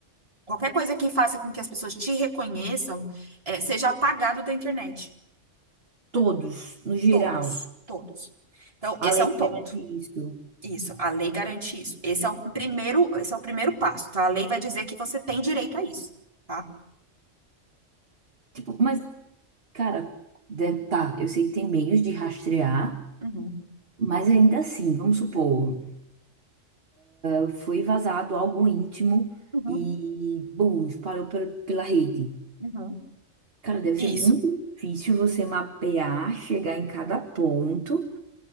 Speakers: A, on the right; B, on the right.
A: qualquer coisa que faça com que as pessoas te reconheçam, é, seja apagado da internet.
B: todos, no geral.
A: Todos, todos. Então, esse
B: A lei
A: é um
B: me
A: ponto.
B: garante isso.
A: Isso, a lei garante isso. Esse é o primeiro, esse é o primeiro passo, tá? A lei vai dizer que você tem direito a isso, tá?
B: Tipo, mas, cara, deve, tá, eu sei que tem meios de rastrear,
A: Uhum,
B: mas ainda assim, vamos supor, eh, foi vazado algo íntimo
A: uhum,
B: e, bum, espalhou pe- pela rede.
A: uhum.
B: Cara, deve
A: Isso.
B: ser muito difícil você mapear, chegar em cada ponto